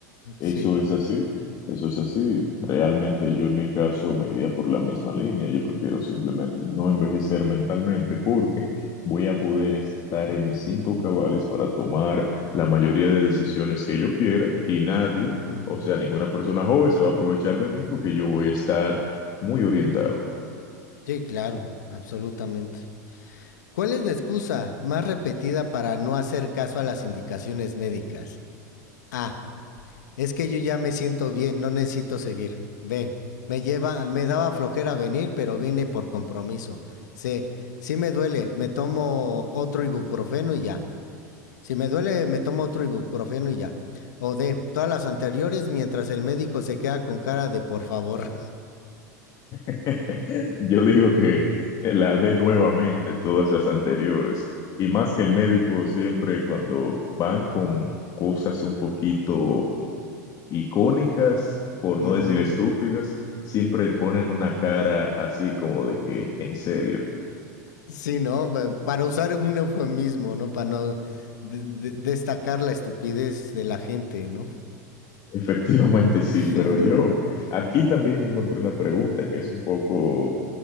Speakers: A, on the left; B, on the left.
A: Eso
B: Sí.
A: es así, eso es así. Realmente yo en mi caso me iría por la misma línea. Yo prefiero simplemente no envejecer mentalmente porque voy a poder estar en mis cinco cabales para tomar la mayoría de decisiones que yo quiera y nadie,
B: Ujú.
A: o sea, ninguna persona joven se va a aprovechar de mí porque yo voy a estar muy orientado.
B: Sí, claro, absolutamente. ¿Cuál es la excusa más repetida para no hacer caso a las indicaciones médicas? A. Es que yo ya me siento bien, no necesito seguir. B. Me lleva, me daba flojera venir, pero vine por compromiso. C. Si me duele, me tomo otro ibuprofeno y ya. Si me duele, me tomo otro ibuprofeno y ya. O D. Todas las anteriores mientras el médico se queda con cara de por favor.
A: <laughs> Yo digo que la dé nuevamente todas las anteriores. Y más que el médico siempre cuando van con cosas un poquito icónicas,
B: <laughs>
A: por
B: Ujú.
A: no decir estúpidas, siempre ponen una cara así como de que, en serio.
B: Sí, ¿no? Pa- Para usar un eufemismo, ¿no? Para no de- de- destacar la estupidez de la gente, ¿no?
A: <laughs> Efectivamente sí,
B: <laughs>
A: pero yo aquí también yo encontré una pregunta que es un poco,